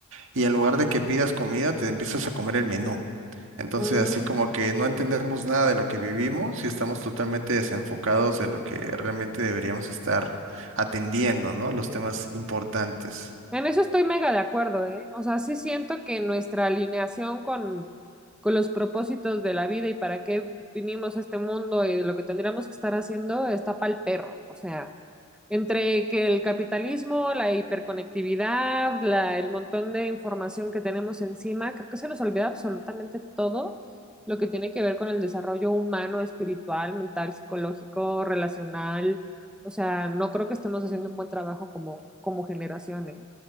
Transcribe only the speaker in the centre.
ujú,
mm.
En eso estoy mega de acuerdo, ¿eh? O sea, sí siento que nuestra alineación con, con los propósitos de la vida y para qué vinimos a este mundo y lo que tendríamos que estar haciendo está pa'l perro. O sea, entre que el capitalismo, la hiperconectividad, la, el montón de información que tenemos encima, creo que se nos olvida absolutamente todo lo que tiene que ver con el desarrollo humano, espiritual, mental, psicológico, relacional. O sea, no creo que estemos haciendo un buen trabajo como, como generación, ¿eh?